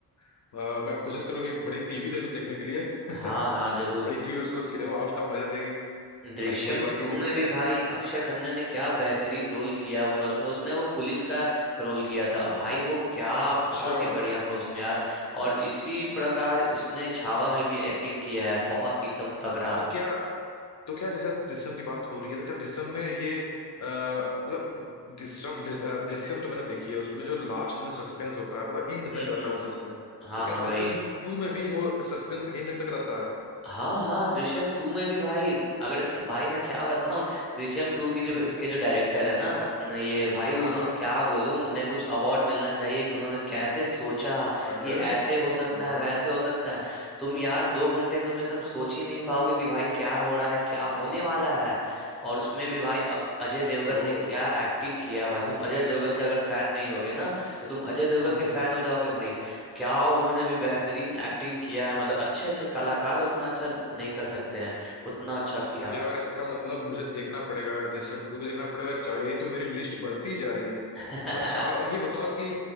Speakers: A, on the left (about 45°); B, in the centre.
A: अ, मैं कोशिश करूंगा एक बड़ी टीवी ले लूं देखने के लिए <laughs>
B: हाँ हाँ जरूर
A: बड़ी टीवी उसको सिनेमा हॉल का मजा देगी हालांकि
B: दृश्यम
A: कोई बात
B: टू
A: नहीं देखते
B: में भी भाई
A: हैं
B: अक्षय खन्ना ने क्या बेहतरीन रोल किया हुआ है उसमें उसने वो पुलिस का रोल किया था भाई वो क्या
A: अच्छा
B: बहुत ही बढ़िया था उसमें यार और इसी प्रकार उसने छावा में भी एक्टिंग किया है बहुत ही एकदम तगड़ा
A: तो क्या तो क्या जैसे आप दृश्यम की बात हो रही है तो क्या दृश्यम में ये अ, मतलब दृश्यम दृ- अ, दृश्यम तो मैंने देखी है उसमें जो लास्ट में सस्पेंस होता है मतलब एंड
B: हम्म
A: तक रहता
B: हम्म
A: है वो सस्पेंस
B: हाँ
A: तो क्या
B: हाँ
A: दृश्यम
B: भाई
A: टू में भी वो सस्पेंस एंड तक रहता है
B: हाँ हाँ दृश्यम टू में भी भाई अगर भाई मैं क्या बताऊं दृश्यम टू की जो
A: हम्म,
B: के जो डायरेक्टर है ना पत- ये भाई उन्होंने
A: हाँ हाँ
B: क्या बोलूं उन्हें कुछ अवार्ड मिलना चाहिए कि उन्होंने कैसे सोचा
A: अरे
B: कि ऐसे हो सकता
A: हाँ
B: है
A: हाँ
B: वैसे हो सकता है तुम यार दो घंटे तुम एकदम सोच ही नहीं पाओगे कि भाई क्या हो रहा है क्या होने वाला है और उसमें भी भाई अ- अजय देवगन
A: ओहो
B: ने क्या एक्टिंग किया है भाई तुम अजय देवगन के अगर फैन नहीं होगे ना तो तुम अजय देवगन
A: हम्म
B: के फैन
A: हम्म।
B: हो जाओगे भाई क्या उन्होंने भी बेहतरीन एक्टिंग किया है मतलब अच्छे अच्छे कलाकार उतना अच्छा नहीं कर सकते हैं उतना अच्छा किया
A: यार इसका मतलब मुझे देखना पड़ेगा दृश्यम टू भी देखना पड़ेगा चाहे ये तो मेरी लिस्ट बढ़ती ही जा रही है
B: <laughs> हम्म
A: अच्छा और ये बताओ कि